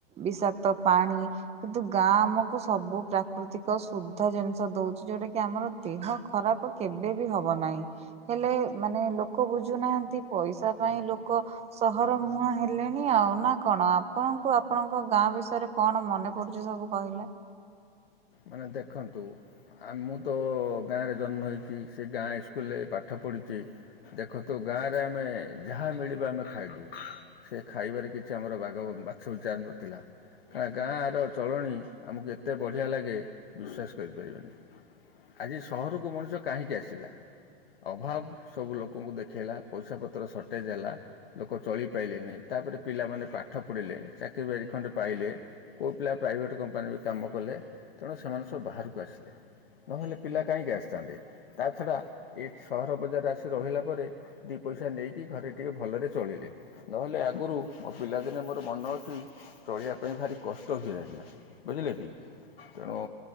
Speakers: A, on the right; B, on the left.
A: ବିଷାକ୍ତ ପାଣି କିନ୍ତୁ ଗାଁ ଆମକୁ ସବୁ ପ୍ରାକୃତିକ ଶୁଦ୍ଧ ଜିନିଷ ଦଉଛି ଯୋଉଟା କି ଆମର ଦେହ ଖରାପ କେବେ ବି ହବ ନାହିଁ। ହେଲେ ମାନେ ଲୋକ ବୁଝୁନାହାନ୍ତି। ପଇସା ପାଇଁ ଲୋକ ସହର ମୁହାଁ ହେଲେଣି ଆଉ। ନା କଣ ଆପଣଙ୍କୁ ଆପଣଙ୍କ ଗାଁ ବିଷୟରେ କଣ ମନେ ପଡ଼ୁଛି ସବୁ କହିଲେ?
B: ମାନେ ଦେଖନ୍ତୁ ଆ ମୁଁ ତ ଗାଁରେ ଜନ୍ମ ହୋଇଛି ସେ ଗାଁ ଇସ୍କୁଲରେ ପାଠ ପଢ଼ିଛି। ଦେଖନ୍ତୁ ଗାଁରେ ଆମେ ଯାହା ମିଳିବା ଆମେ ଖାଇଦଉ। ସେ ଖାଇବାରେ କିଛି ଆମର ବାଗ ବାଛ ବିଚାର ନଥିଲା। <unintelligible> ଗାଁର ଚଳଣି ଆମକୁ ଏତେ ବଢ଼ିଆ ଲାଗେ ବିଶ୍ୱାସ କରିପାରିବେନି। ଆଜି ସହରକୁ ମଣିଷ କାହିଁକି ଆସିଲା? ଅଭାବ ସବୁ ଲୋକଙ୍କୁ ଦେଖାଇଲା, ପଇସା ପତ୍ର ସର୍ଟେଜ୍ ହେଲା ଲୋକ ଚଳି ପାଇଲେନି, ତାପରେ ପିଲାମାନେ ପାଠ ପଢ଼ିଲେ, ଚାକିରି ବାକିରି ଖଣ୍ଡେ ପାଇଲେ। କେଉ ପିଲା ପ୍ରାଇଭେଟ୍ କମ୍ପାନୀରେ ବି କାମ କଲେ ତେଣୁ ସେମାନେ ସବୁ ବାହାରକୁ ଆସିଲେ। ନହେଲେ ପିଲା କାହିଁକି ଆସିଥାନ୍ତେ? ତା ଛଡ଼ା ଏ ସହର ବଜାରରେ ଆସି ରହିଲା ପରେ ଦି ପଇସା ନେଇକି ଘରେ ଟିକେ ଭଲରେ ଚଳିଲେ। ନହେଲେ ଆଗରୁ ପିଲାଦିନେ ମୋର ମନ ଅଛି ଚଳିବା ପାଇଁ ଭାରି କଷ୍ଟ ହୁଏ ଆଜ୍ଞା। ବୁଝିଲେ କି? ତେଣୁ